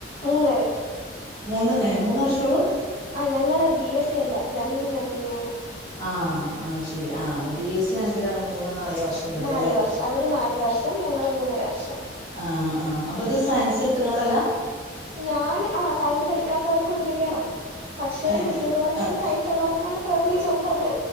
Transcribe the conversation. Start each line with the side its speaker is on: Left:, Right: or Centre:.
Right: മൂന്നര
Left: മൂന്ന് ഏ മൂന്ന് വർഷോളൂ
Right: ആ ഞങ്ങള് ബി എസ് സി അല്ല ജനറൽ നേഴ്സിംഗ് ആണ്
Left: ആ ആ ശരി ആ അത ബി എസ് സി ആണെങ്കിലാണ് മൂന്ന് നാല് വർഷം വരിക
Right: നാല്
Left: അല്ലെ
Right: വർഷം അവര് നാല് വർഷം ഞങ്ങൾ മൂന്നര വർഷം
Left: ആ ആ അപ്പം ഇത് സയൻസ് എടുത്ത്ക്കാണ്ടല്ല
Right: ഞാൻ ആ സയൻസ് എടുക്കാത്തവർക്കും ഇതില് കയറാം പക്ഷേ
Left: ഏഹ്
Right: മിക്ക കോളേജിൽ
Left: ആഹ്
Right: സയൻസുള്ളവർക്കാണ് പ്രിവലേജ് ഉള്ളത്